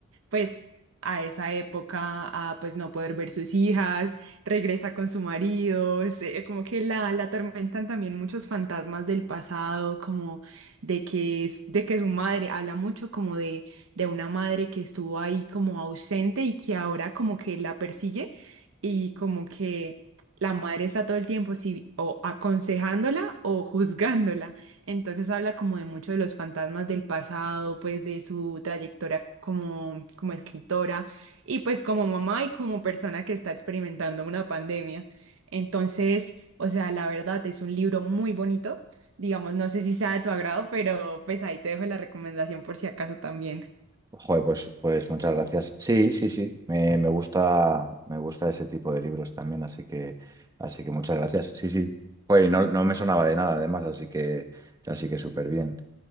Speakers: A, on the right; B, on the right.
A: pues a esa época a pues no poder ver sus hijas, regresa con su marido, se- como que la, la atormentan también muchos fantasmas del pasado, como de que, es- de que su madre, habla mucho como de, de una madre que estuvo ahí como ausente y que ahora como que la persigue y como que... La madre está todo el tiempo sí, o aconsejándola o juzgándola. Entonces habla como de mucho de los fantasmas del pasado, pues de su trayectoria como, como escritora y pues como mamá y como persona que está experimentando una pandemia. Entonces, o sea, la verdad es un libro muy bonito. Digamos, no sé si sea de tu agrado, pero pues ahí te dejo la recomendación por si acaso también.
B: Joder, pues, pues muchas gracias. Sí, sí, sí. Me, me gusta, me gusta ese tipo de libros también, así que, así que muchas gracias. Sí, sí. Joder, y no, no me sonaba de nada, además, así que, así que súper bien.